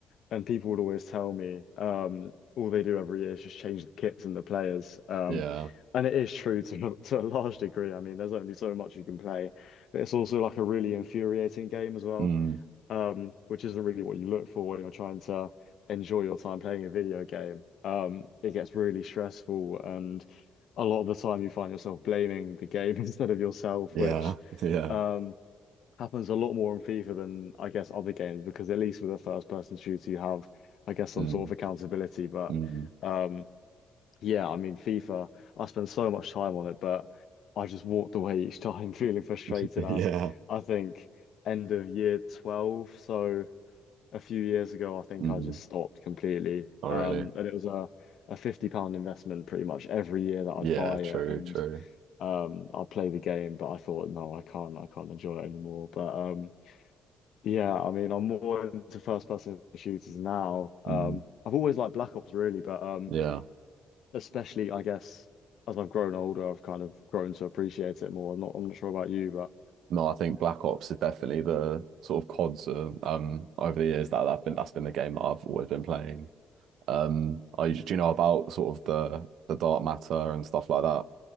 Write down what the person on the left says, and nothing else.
and people would always tell me um, all they do every year is just change the kits and the players. Um,
and it is true to <laughs> to a large degree. I mean, there's only so much you can play, but it's also like a really infuriating game as well,
um, which isn't really what you look for when you're trying to enjoy your time playing a video game. Um, it gets really stressful, and a lot of the time you find yourself blaming the game <laughs> instead of yourself,
which
um, happens a lot more in FIFA than I guess other games because at least with a first person shooter you have I guess some
sort of accountability but
um yeah I mean FIFA I spend so much time on it but I just walked away each time <laughs> feeling frustrated
I
I think end of year 12 so a few years ago I think
I just stopped completely
um
and it was a a 50 pound investment pretty much every year that I'd
buy
it and
um I'd play the game but I thought no I can't I can't enjoy it anymore but um yeah, I mean, I'm more into first person shooters now. Um,
I've always liked Black Ops really, but um,
especially I guess as I've grown older, I've kind of grown to appreciate it more. I'm not, I'm not sure about you, but